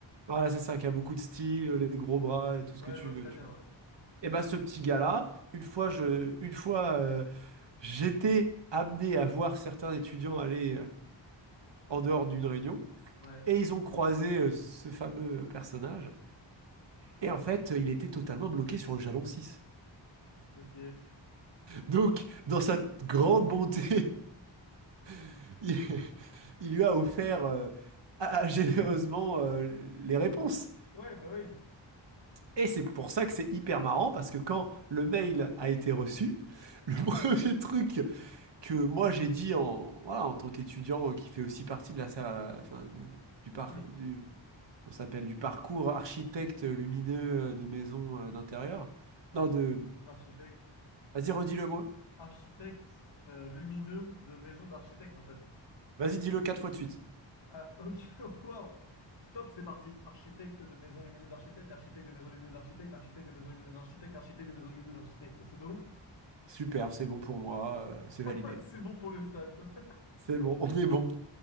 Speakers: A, on the right (about 65°); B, on the left (about 65°).
A: Voilà, c'est ça, qui a beaucoup de style, les gros bras, et tout ce
B: Ouais,
A: que tu
B: je vois
A: veux,
B: très
A: tu
B: bien,
A: vois.
B: ouais.
A: Et ben, ce petit gars-là, une fois, je, une fois, euh, j'étais amené à voir certains étudiants aller euh, en dehors d'une réunion,
B: Ouais,
A: et ils ont croisé euh, ce fameux personnage. Et en fait, il était totalement bloqué sur le jalon 6.
B: ok.
A: Donc, dans sa grande bonté, <laughs> il, il lui a offert euh, à- à- généreusement euh, les réponses.
B: Ouais, bah oui,
A: Et c'est pour ça que c'est hyper marrant, parce que quand le mail a été reçu, le <laughs> premier truc que moi j'ai dit en, voilà, en tant qu'étudiant euh, qui fait aussi partie de la salle, enfin, de- du par,
B: oui.
A: du, on s'appelle du parcours architecte lumineux euh, de maison euh, d'intérieur.
B: L'archi-
A: Non, de...
B: L'architecte.
A: Vas-y, redis-le moi.
B: Architecte euh, lumineux de maison d'architecte, en fait.
A: Vas-y, dis-le quatre fois de suite.
B: Ah, ok, <laughs> waouh! Top, c'est parti. Architecte de maison lumineuse d'architecte, architecte de maison lumineuse d'architecte, architecte de maison lumineuse d'architecte, architecte de maison lumineuse d'architecte. C'est bon?
A: Super, c'est bon pour moi, euh, c'est
B: <laughs>
A: validé.
B: C'est bon pour le stat. <laughs>
A: C'est bon, on est bon.